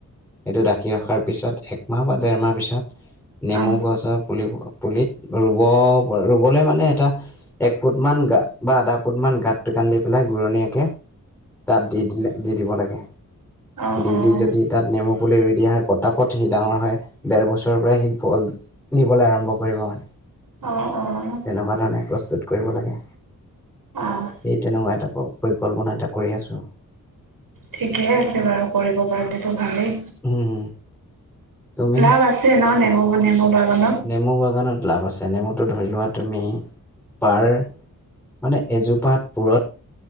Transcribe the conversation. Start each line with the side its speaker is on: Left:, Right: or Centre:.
Centre: এইটো ঢাকি ৰখাৰ পিছত একমাহ বা ডেৰমাহ পিছত নেমু
Right: অ', অ', অ',
Centre: গছক পুলিত ৰুব ৰুবলৈ মানে এটা এক ফুট মান গাত বা আধা ফুট মান গাত কান্ দি পেলাই ঘুৰণীয়াকে তাত দি দিলে দি দিব লাগে
Right: অ',
Centre: দি
Right: অ',
Centre: দি যদি তাত নেমু পুলি ৰুই দিয়া হয় পতাপত সি ডাঙৰ হয় ডেৰ বছৰৰ পৰাই সি ফল দবলৈ আৰম্ভ কৰিব মানে
Right: অ',
Centre: তেনেকুৱা ধৰণে প্ৰস্তুত কৰিব লাগে
Right: অ',
Centre: এই তেনেকুৱা এটা পৰিকল্পনা এটা কৰি আছো
Right: ঠিকেই আছে বাৰু কৰিব পাৰিলেতো ভালেই
Centre: উম, তুমি
Right: লাভ আছে ন নেমু নেমু বাগানত
Centre: নেমু বাগানত লাভ আছে নেমুটো ধৰি লোৱা তুমি পাৰ মানে এজোপাত পূৰঠ